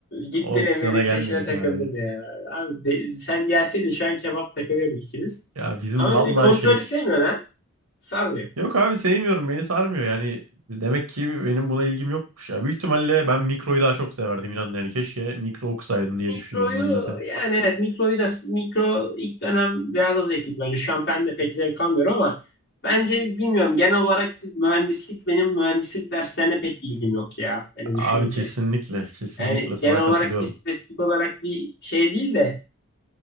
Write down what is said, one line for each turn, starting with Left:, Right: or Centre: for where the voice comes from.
Left: gittin
Right: o opsiyona
Left: Emel'in
Right: gelmedik
Left: peşine takıldın
Right: abi.
Left: ya. Abi de- sen gelseydin şu an kebap takılıyorduk ikimiz.
Right: Ya bizim
Left: Ama
Right: vallahi
Left: de- kontrolü
Right: şey.
Left: sevmiyorsun ha. Sarmıyor.
Right: Yok abi sevmiyorum. Beni sarmıyor. Yani demek ki benim buna ilgim yokmuş ya. Büyük ihtimalle ben mikroyu daha çok severdim inan. Yani keşke mikro okusaydım diye
Left: Mikroyu
Right: düşünüyorum ben mesela.
Left: yani evet mikroyu da mikro ilk dönem biraz az zevkliydi bence. Şampen de pek zevk almıyorum ama bence bilmiyorum genel olarak mühendislik benim mühendislik derslerine pek ilgim yok ya. Hani düşününce
Right: Abi kesinlikle kesinlikle
Left: yani
Right: sana
Left: genel olarak
Right: katılıyorum.
Left: bir spesifik olarak bir şey değil de